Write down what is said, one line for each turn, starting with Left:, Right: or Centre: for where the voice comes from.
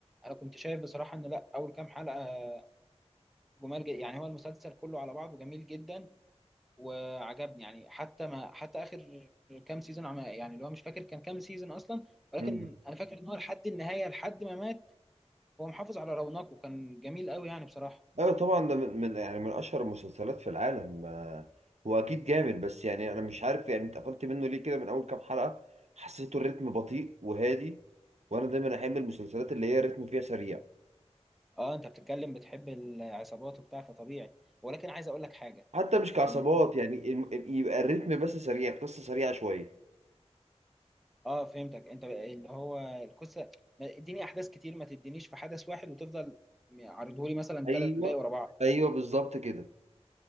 Centre: انا كنت شايف بصراحه ان لا اول كام حلقه جمال جدا يعني هو المسلسل كله على بعضه جميل جدا وعجبني يعني حتى ما حتى اخر كام سيزون عم يعني اللي هو مش فاكر كان كام سيزون اصلا ولكن
Right: مم.
Centre: انا فاكر ان هو لحد النهايه لحد ما مات هو محافظ على رونقه كان جميل قوي يعني بصراحه
Right: ايوه طبعا ده من من- يعني من اشهر المسلسلات في العالم آه، هو اكيد جامد بس يعني انا مش عارف يعني انت قفلت منه ليه كده من اول كام حلقة حسيته الريتم بطيء وهادي وانا دايما احب المسلسلات اللي هي الريتم فيها سريع
Centre: اه انت بتتكلم بتحب العصابات وبتاع فطبيعي ولكن عايز اقول لك حاجه
Right: حتى مش كعصابات
Centre: ان هو
Right: يعني الم- يبقى الريتم بس سريع قصة سريعة شوية
Centre: اه فهمتك انت بقى اللي هو القصه ما- اديني احداث كتير ما تدينيش في حدث واحد وتفضل عرضهولي مثلا
Right: ايوه
Centre: ثلاث دقايق ورا بعض
Right: ايوه بالظبط كده